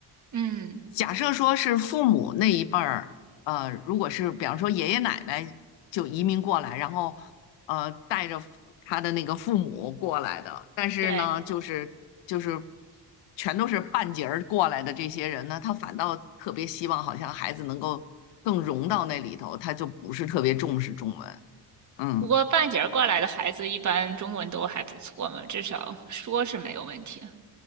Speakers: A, on the right (about 40°); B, on the left (about 85°).
A: 嗯，
B: 假设说是父母那一辈儿，呃，如果是比方说爷爷奶奶就移民过来，然后呃带着他的那个父母过来的，但是呢，
A: 对。
B: 就是就是全都是半截儿过来的这些人呢，他反倒特别希望好像孩子能够更融到那里头，他就不是特别重视中文。嗯。
A: 不过半截儿过来的孩子一般中文都还不错嘛，至少说是没有问题的